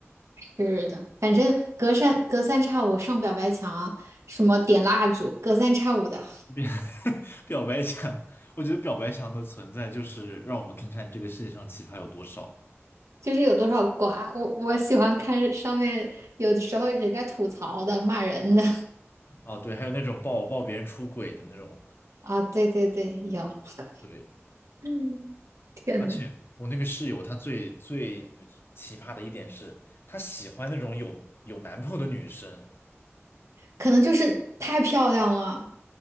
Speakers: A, on the right; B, on the left.
A: 是的，反正隔三隔三差五上表白墙啊什么点蜡烛，隔三差五的，
B: 侣表 <laughs> 表白墙，我觉得表白墙的存在就是让我们看看这个世界上奇葩有多少
A: 就是有多少瓜。我我喜欢看上面有的时候人家吐槽的、骂人的
B: 啊，对，还有那种抱抱别人出轨的那种，
A: <laughs> 啊，对对对，有。<laughs>
B: 对，
A: 嗯，天呐。
B: 而且我那个室友她最最奇葩的一点是，她喜欢那种有有男朋友的女生，
A: 可能就是太漂亮了，